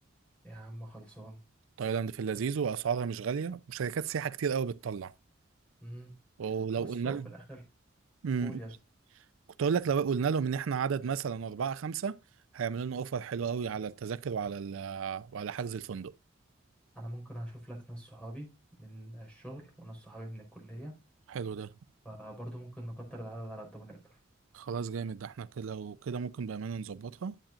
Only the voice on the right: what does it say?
تايلاند في اللذيذ واسعارها مش غاليه وشركات سياحه كتير قوي بتطلع
ولو
قلنا
لهم
مم.
كنت اقول لك لو قلنا لهم ان احنا عدد مثلا اربعه خمسه هيعملوا لنا اوفر حلو قوي على التذاكر وعلى ال... وعلى حجز الفندق
حلو ده
خلاص جامد ده احنا كده لو كده ممكن بامانه نظبطها